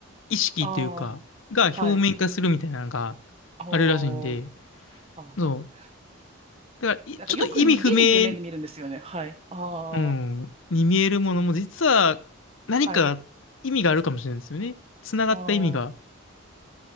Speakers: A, on the left; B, on the right.
A: 意識というか、
B: ああ、
A: が表面化するみたいなのが
B: はい。おー。
A: あるらしいんで、
B: あー
A: そう。だから、
B: なんかよく逃げる夢で見るんですよね。
A: いちょっと意味不明、
B: はい。ああ、
A: うん、に見えるものも、
B: そう。
A: 実は何か意味があるかもしれないですよね。
B: はい。
A: つながった意味が。
B: ああ。